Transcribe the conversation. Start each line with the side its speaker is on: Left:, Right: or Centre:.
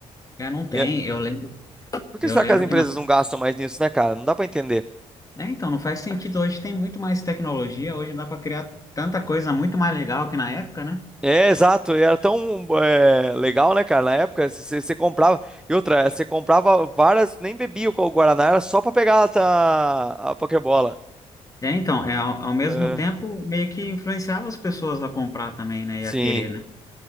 Left: É, não tem.
Centre: E é-
Left: Eu
Centre: e-
Left: lembro,
Centre: por que
Left: eu
Centre: será
Left: lembro
Centre: que as empresas
Left: que
Centre: não gastam mais nisso, né, cara? Não dá pra entender.
Left: É, então, não faz sentido. Hoje tem muito mais tecnologia, hoje dá para criar tanta coisa muito mais legal que na época, né?
Centre: É, exato, e era tão é, legal, né, cara? Na época, você você comprava. E outra, você comprava várias, nem bebia o co- o Guaraná, era só pra pegar a, a Pokébola.
Left: É, então, é, ao, ao mesmo
Centre: É,
Left: tempo, meio que influenciava as pessoas a comprar também, né?
Centre: sim.
Left: E a querer, né?